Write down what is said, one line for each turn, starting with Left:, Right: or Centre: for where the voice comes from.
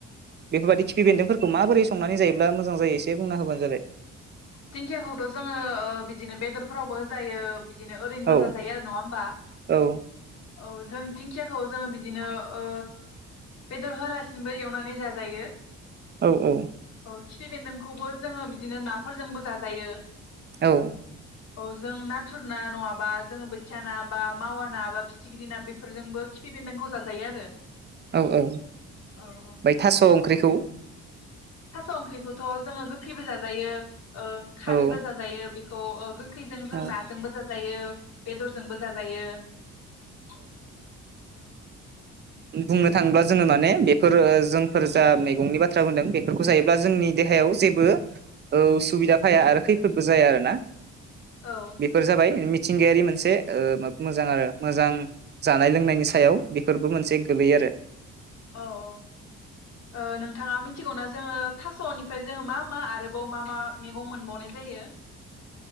Right: बेफोरबायदि खिफि बेन्दोंफोरखौ माबोरै संनानै जायोब्ला <unintelligible> <unintelligible> जायो एसे बुंना होबानो जाबाय।
Left: दिंखियाखौथ' जोङो ओ बिदिनो बेदरफोरावबो होजायो <unintelligible> दिनो ओरैनबो
Right: औ
Left: जाजायो आरो नङा होमबा।
Right: औ
Left: औ जों दिंखियाखौ जोङो बिदिनो ओ बेदर होलासिनोबो एवनानै जाजायो।
Right: औ औ।
Left: औ खिफि बेन्दोंखौबो जोङो बिदिनो ना फोरजोंबो जाजायो।
Right: औ।
Left: औ जों नाथुर ना नङाबा जोङो बोथिया ना बा मावा ना बा फिथिग्रि ना बेफोरजोंबो खिफि बेन्दोंखौ जाजायो आरो।
Right: औ औ
Left: औ औ
Right: बाय थास' ओंख्रिखौ
Left: थास' ओंख्रिखौथ' जोङो गोखैबो जाजायो। ओ खारैबो
Right: औ
Left: जाजायो बे <unintelligible> <unintelligible> जों
Right: औ
Left: नाजोंबो जाजायो बेदरजोंबो जाजायो औ।
Right: बुंनो थाङोब्ला जोङो माने बेफोरो जोंफोर जा मैगंनि बाथ्रा बुंदों बेफोरखौ जायोब्ला जोंनि देहायाव जेबो ओ उसुबिदा फाया आरो खैफोदबो जाया आरोना।
Left: औ
Right: बेफोर जाबाय <unintelligible> मिथिंगायारि मोनसे ओ माब मोजां आरो मोजां जानाय लोंनायनि सायाव बेफोरबो मोनसे गोलैयो आरो।
Left: औ औ ओ नोंथाङा मिथिगौना जोङो थास'निफ्राय जोङो मा मा आरोबाव मा मा <unintelligible> <unintelligible> मोनबावनाय जायो?